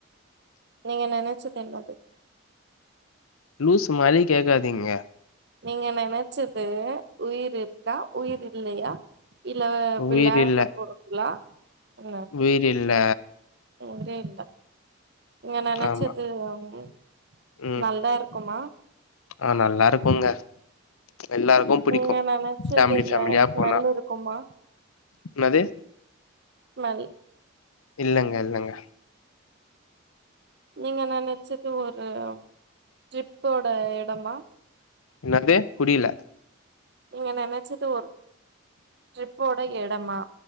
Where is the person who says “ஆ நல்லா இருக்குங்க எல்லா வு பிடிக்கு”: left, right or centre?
Left